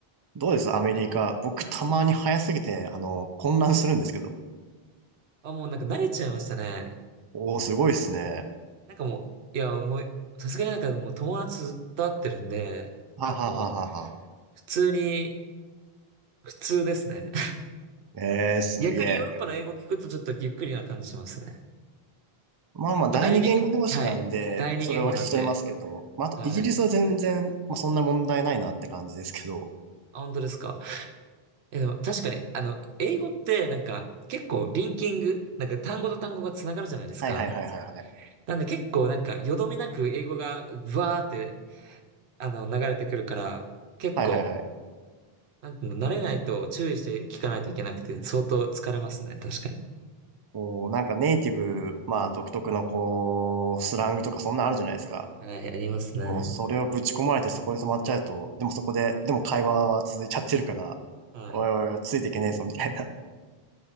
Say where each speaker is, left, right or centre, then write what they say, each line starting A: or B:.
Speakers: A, on the right; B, on the right.
A: どうですアメリカ。僕たまに早すぎて、あの、混乱するんですけど。
B: あ、もうなんか慣れちゃいましたね。
A: おー、すごいですね。
B: なんかもう、いや、もう、さすがになんかもう友達ずっと会ってるんで、
A: ははははは。
B: なんかもう、普通に、普通ですね。
A: えー、すげえ。
B: 逆にヨーロッパの英語聞くとちょっとゆっくりな感じしますね。
A: まあまあ、
B: やっぱ第二、
A: 第二言語同士なんで、
B: はい。第二言語なんで。
A: それは聞き取れますけど。まあ、あと、
B: はい。
A: イギリスは全然、まあ、そんな問題ないなって感じですけど。
B: あ、本当ですか。え、でも確かに、あの、英語ってなんか結構リンキング、なんか単語と単語がつながるじゃないですか。
A: はいはいはいはいはい。
B: なんで結構なんかよどみなく英語がうわーって、あの、流れてくるから、結構、
A: はいはいはい。
B: なんていうの、慣れないと注意して聞かないといけなくて、相当疲れますね。確かに。
A: こう、なんかネイティブ、まあ、独特のこう、スラングとかそんなあるじゃないですか。
B: はい、ありますね。
A: もうそれをぶち込まれてそこで止まっちゃうと、でもそこで、でも会話は続いちゃってるから、
B: はい。
A: おいおいおい、ついていけねえぞ、みたいな。